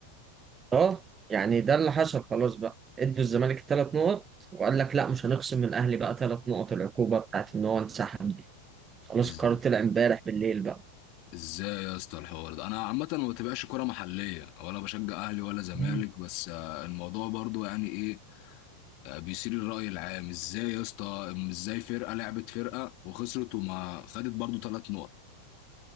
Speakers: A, on the right; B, on the left.
A: اه يعني ده اللي حصل خلاص بقى ادوا الزمالك ثلاث نقط وقال لك لا مش هنخصم من الاهلي بقى ثلاث نقط العقوبه بتاعت ان هو انسحب دي خلاص
B: إز-
A: القرار طلع امبارح بالليل
B: ازاي يا اسطى الحوار ده انا عامه ما بتابعش كوره محليه ولا بشجع اهلي ولا زمالك
A: بقى
B: بس آه، الموضوع برضو يعني ايه آه، بيثير الراي العام ازاي يا اسطى أم ازاي فرقه لعبت فرقه وخسرت وما خدت برضو ثلاث نقط